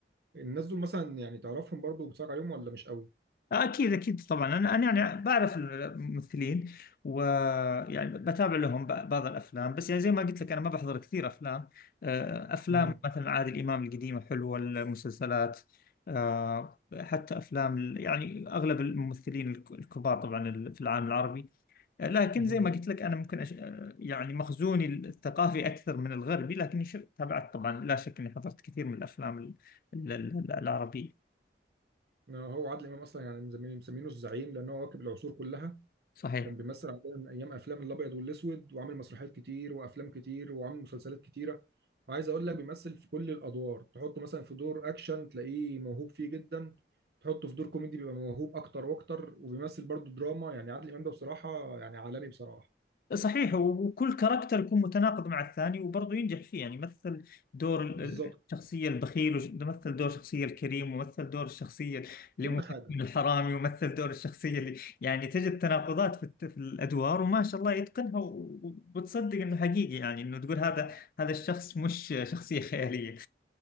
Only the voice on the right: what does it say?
الناس دول مثلا يعني تعرفهم برضه وبتتفرج عليهم ولا مش قوي؟
امم
امم
هو عادل امام اصلا يعني مسمينه مسمينه الزعيم لان هو واكب العصور كلها
كان بيمثل عندنا من ايام افلام الابيض والاسود وعامل مسرحيات كتير وافلام كتير وعامل مسلسلات كتيره وعايز اقول لك بيمثل في كل الادوار تحطه مثلا في دور اكشن تلاقيه موهوب فيه جدا تحطه في دور كوميدي بيبقى موهوب اكتر واكتر وبيمثل برضه دراما يعني عادل امام ده بصراحه يعني عالمي بصراحه
بالظبط
كل
حاجه